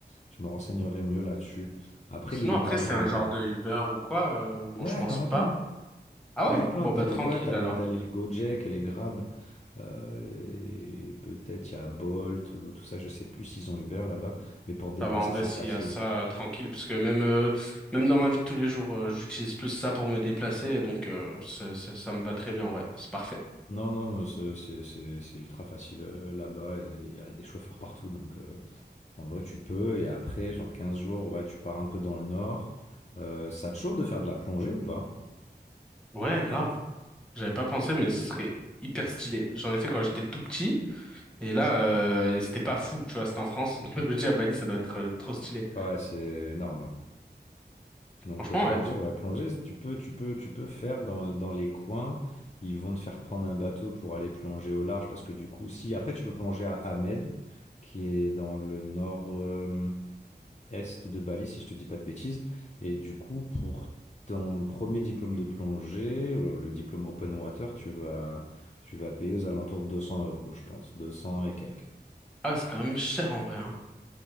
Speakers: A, on the left; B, in the centre.
A: je me renseignerai mieux là-dessus. Après,
B: Sinon,
A: l'île est
B: après,
A: pas
B: c'est
A: grande,
B: un genre
A: ouais.
B: de Uber ou quoi? euh, bon,
A: Ouais,
B: je pense
A: t'en
B: pas.
A: as plein,
B: Ah
A: t'en
B: ouais?
A: as plein.
B: Bon,
A: T'as
B: bah
A: les,
B: tranquille
A: ouais, t'as les,
B: alors.
A: t'as les Gojek et les Grab, euh, et peut-être il y a Bolt ou tout ça. Je sais plus s'ils ont Uber là-bas, mais pour te déplacer,
B: Ça va en vrai
A: c'est
B: s'il
A: facile.
B: y a ça euh, tranquille parce que même euh, même dans ma vie de tous les jours euh, j'utilise plus ça pour me déplacer donc euh, ça, ça, ça me va très bien ouais c'est parfait
A: Non, non, c'est c'est- c'est- c'est ultra facile euh, là-bas et il y a des chauffeurs partout. Donc euh, en vrai, tu peux. Et après, genre 15 jours, ouais, tu pars un peu dans le nord. Euh, ça te chauffe de faire de la plongée ou pas?
B: ouais grave j'avais pas pensé mais ce serait hyper stylé j'en ai fait quand j'étais tout petit et là euh, et c'était pas fou tu vois c'était en France <laughs> je me dis à Bali ça doit être euh, trop stylé
A: Ouais, c'est énorme. ouais. Donc
B: franchement
A: euh, plongée,
B: ouais
A: ouais, plongée, tu peux, tu peux, tu peux faire dans, dans les coins. Ils vont te faire prendre un bateau pour aller plonger au large parce que du coup, si après tu peux plonger à Ahmed, qui est dans le nord. euh, est de Bali, si je te dis pas de bêtises. Et du coup, pour ton premier diplôme de plongée, le, le diplôme Open Water, tu vas, tu vas payer aux alentours de 200 euros, je pense, 200 et quelques.
B: ah c'est quand même cher en vrai hein.